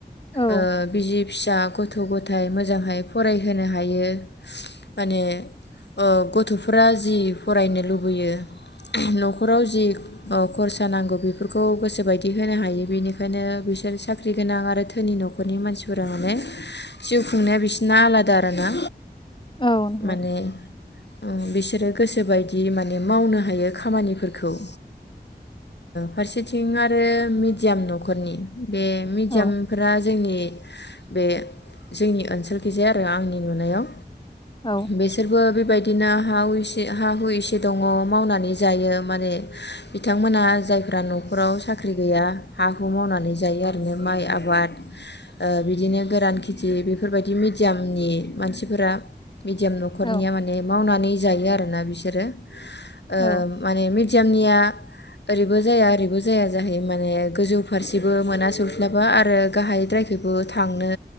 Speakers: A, on the left (about 30°); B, on the left (about 80°).
A: औ
B: ओ बिजि फिसा गथ' गथायाइ मोजांहाय फरायहोनो हायो माने ओ गथ'फोरा जि फरायनो लुबैयो न'खराव जि ओ खरसा नांगौ बेफोरखौ गोसोबायदि होनो हायो। बिनिखायनो बिसोर साख्रि गोनां आरो धोनि न'खरनि मानसिफोरा माने जिउ खुंनाया बिसोरना आलादा आरोना।
A: औ नंगौ
B: माने ओ बिसोरो गोसोबायदि माने मावनो हायो खामानिफोरखौ ओ फारसेथिं आरो मित दियाम न'खरनि बे मिदियाम
A: औ
B: फोरा जोंनि बे जोंनि ओनसोलखिजाय आरो आंनि नुनायाव
A: औ
B: बेसोरबो बे बेबायदिनो हाहुइसे हा हु इसे दङ मावनानै जायो माने बिथांमोनहा जायफ्रा न'खराव साख्रि गैया हाखौ मावनानै जायो आरोना माइ आबाद ओ बिदिनो गोरान खेथि बेफोरबायदि मिदियामनि मानसिफोरा मिदियाम न'खरनिया
A: औ
B: माने मावनानै जायो आरोना बिसोरो। ओ
A: औ
B: माने मिदियाम जोंनिया ओरैबो जाया ओरैबो जाया जाहैयो माने। गोजौ फारसेबो मोना सौस्लाबा आरो गाहायद्रायखैबो थांनो